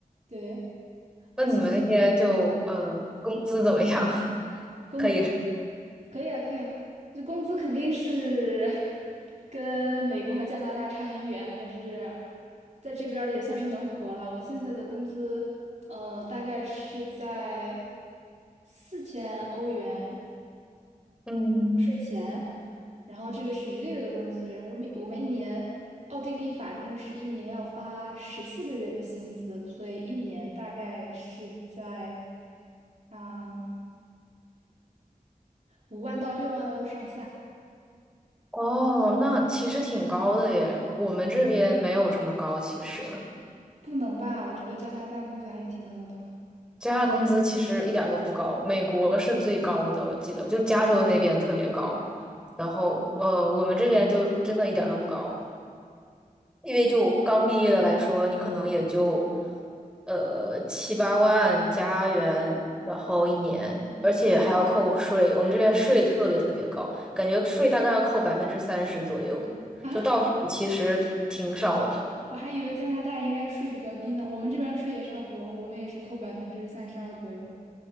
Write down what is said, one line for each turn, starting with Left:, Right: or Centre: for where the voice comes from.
Right: 对，
Centre: 那你们那边就呃，
Right: 而且
Centre: 工资怎么样？<laughs>
Right: 工资
Centre: 可以。
Right: 可以啊，可以啊，这工资肯定是跟美国和加拿大差很远，但是在这边儿也算是能活了。我现在的工资，呃大概是在四千欧元
Centre: 嗯。
Right: 钱，然后这个是一个月的工资，然后我们我们一年，奥地利法定是一年要发十四个月的薪资，所以一年大概是在啊五万到六万欧上下，
Centre: 哦，那其实挺高的耶，我们这边没有这么高。其实
Right: 不能吧？我觉得加拿大工资还是挺高的
Centre: 加拿大工资其实一点儿都不高，美国是最高的，我记得就加州那边特别高，然后呃，我们这边就真的一点儿都不高，因为就刚毕业的来说，你可能也就呃七八万加元，然后一年，而且还要扣税，我们这边税特别特别高，感觉税大概要扣百分之三十左右，
Right: 啊，
Centre: 就到手其实挺少的。
Right: 我还以为加拿大应该税比较低呢，我们这边儿税也差不多，我们也是扣百分之三十二左右，